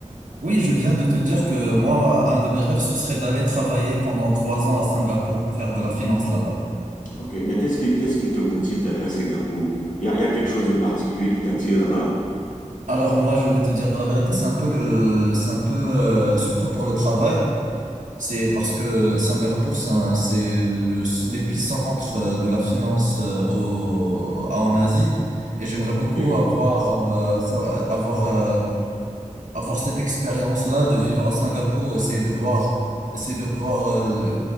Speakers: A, on the right; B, on the left.
A: Oui, je viens de te dire que moi, un de mes rêves, ce serait d'aller travailler pendant trois ans à Singapour, faire de la finance là-bas.
B: Ok, mais qu'est-ce qui, qu'est-ce qui te motive d'aller à Singapour? Il y a, il y a quelque chose de particulier qui t'attire là-bas?
A: Alors moi, je vais te dire la vérité, c'est un peu le, c'est un peu, euh, surtout pour le travail. C'est parce que Singapour, c'est un- c'est le- l'épicentre euh, de la finance euh, au, en Asie. Et j'aimerais beaucoup
B: Ok,
A: avoir, euh, ça- avoir euh, avoir cette expérience-là de vivre à Singapour, essayer de voir, essayer de voir euh,